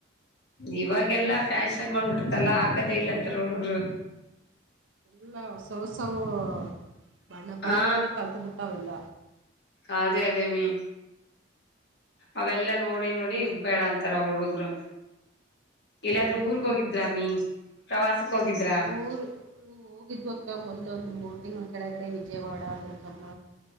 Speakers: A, on the left; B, on the right.
A: ಇವಾಗೆಲ್ಲಾ ಫ್ಯಾಷನ್ ಬಂದ್ಬಿಟ್ಟಿತ್ತಲ್ಲಾ ಆಕದೇ ಇಲ್ಲ ಅಂತಾರ ಹುಡ್ಗ್ರು.
B: ಎಲ್ಲ ಹೊಸ ಹೊಸವು ಬಣ್ಣ ಬಣ್ಣಗಳು
A: ಹಾ
B: ಕಲ್ತ್ ಬಿಟ್ಟಾವೆಲ್ಲ.
A: ಆ ಅದೇ ಅದೇ ಅಮ್ಮೀ. ಅವೆಲ್ಲಾ ನೋಡಿ ನೋಡಿ ಇವ್ ಬೇಡ ಅಂತಾರ ಅವ ಹುಡುಗ್ರು ಇಲ್ಲಾದ್ರೂ
B: ಹೌದ್ರಿ
A: ಊರ್ಗ್ ಹೋಗಿ ದ್ರಾಮಿ ಪ್ರವಾಸಕ್ ಹೋಗಿದ್ರಾ.
B: ಊರು ಹ್ಮ್. ಹೋಗಿದ್ವಕ್ಕ ಮೊನ್ನೊಂದು ಮೂರು ತಿಂಗ್ಳ ಕೆಳಗಡೆ ವಿಜಯವಾಡ ಅ್ರಗಮ್ಮ